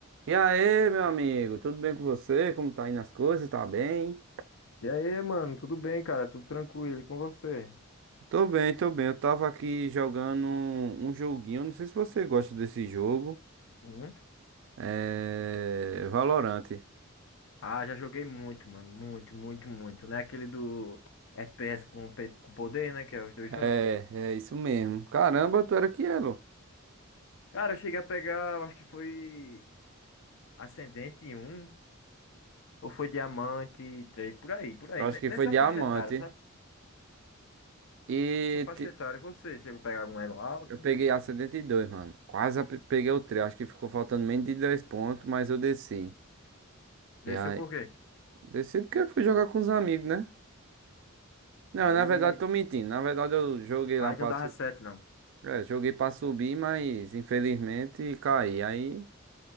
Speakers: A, on the right; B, on the left.
A: E aí, meu amigo, tudo bem com você? Como tá indo as coisas? Tá bem?
B: E aí, mano, tudo bem, cara? Tudo tranquilo e com você?
A: Tô bem, tô bem. Eu tava aqui jogando um joguinho. Não sei se você gosta desse jogo.
B: Uhum.
A: É. Valorante.
B: Ah, já joguei muito, mano. Muito, muito, muito. Não é aquele do FPS com, pe- com poder, né? Que é os dois
A: É,
B: juntos.
A: é isso mesmo. Caramba, tu era Elo.
B: Cara, eu cheguei a pegar, eu acho que foi Ascendente um ou foi Diamante 3 por aí, por aí.
A: Eu acho
B: Ne-
A: que
B: Nessa
A: foi diamante.
B: faixa etária, sabe?
A: E
B: Nessa faixa
A: te-
B: etária, E você chegou a pegar algum elo alto.
A: eu peguei a 72, mano. Quase a- pe- peguei o 3. Acho que ficou faltando menos de 10 pontos, mas eu desci.
B: Desceu
A: E aí,
B: por quê?
A: desci porque eu fui jogar com os amigos, né? Não,
B: Aí,
A: na verdade, tô mentindo. Na verdade, eu joguei
B: aí
A: lá, pra.
B: não dava certo, não.
A: É, joguei pra subir, mas infelizmente caí. Aí